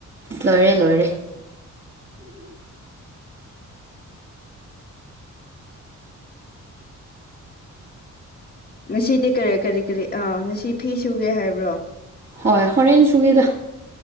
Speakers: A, on the right (about 35°); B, on the left (about 30°).
A: ꯂꯣꯏꯔꯦ ꯂꯣꯏꯔꯦ <inaudible>
B: ꯉꯁꯤꯗꯤ ꯀꯔꯤ ꯀꯔꯤ ꯀꯔꯤ ꯑꯥ ꯉꯁꯤ ꯐꯤ ꯁꯨꯒꯦ ꯍꯥꯏꯕ꯭ꯔꯣ
A: ꯍꯣꯏ ꯍꯣꯔꯦꯟ ꯁꯨꯒꯦꯗ